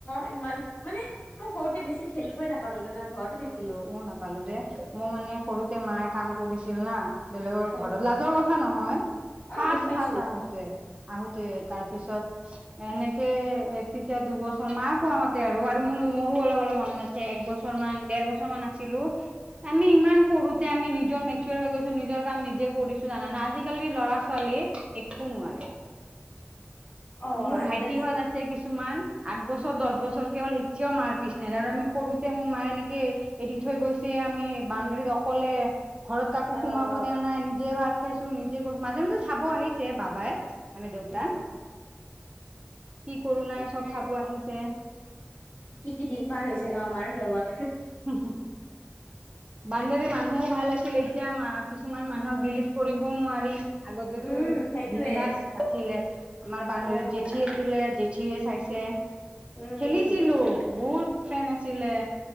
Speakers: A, on the left; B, on the right.
A: ইমান মানে মই সৰুতে বেছি খেলিবই নাপালো জানা ঘৰতে থাকিলো।
B: ময়ো নাপালো দেই মোৰ মানে সৰুতে মায়ে কাম কৰিছিল না। বেলেগৰ
A: অ'
B: ঘৰত লাজৰ কথা নহয়
A: অ'
B: ফাচ
A: গম পাইছো
B: ফাচ আহো তে আহোতে তাৰ পিছত, এনেকে এ, তেতিয়া দুবছৰ মাই কোৱা মতে আৰু আৰু মো মো মোৰো অলপ অলপ মন আছ ছে এক বছৰ মান দেৰ বছৰ মান আছিলোঁ। আমি ইমান সৰুতে আমি নিজৰ মেচোৱৰ হৈ গৈছো নিজৰ কাম নিজে কৰিছো জানানা আজিকালি ল'ৰা ছোৱালী, একো নোৱাৰে।
A: অ'
B: মোৰ
A: আজিকালি
B: ভাইটিহঁত
A: চোন
B: আছে কিছুমান আঠ বছৰ দহ বছৰ কে হ'ল এতিয়াও মাৰ পিছ নেৰে আৰু আমি সৰুতে মোক মায়ে এনেকে এৰি থৈ গৈছে আমি বাউণ্ডেৰীত অকলে ঘৰত কাকো
A: অ'
B: সোমাব দিয়া নাই নিজে ভাত খাইছো নিজে কৰিছো মাজে মাজে চাব আহিছে বাবাই। মানে দেউতা।
A: অ'
B: কি কৰো
A: সেইটোৱে
B: নাই চব চাব আহিছে।
A: কি কি দিন পাৰ হৈছে ন আমাৰ লগত
B: হু হু বাউণ্ডেৰী মানুহো ভাল আছিল এতিয়া কিছুমান মানুহক বিলিভ কৰিবও নোৱাৰি। আগতেতো
A: উম সেইটোৱে
B: বিন্দাছ আছিলে আমাৰ বাউণ্ডেৰী
A: অ'
B: যি টি আছিলে জেঠিয়ে চাইছে
A: উম
B: খেলিছিলো বহুত, ফ্ৰেন আছিলে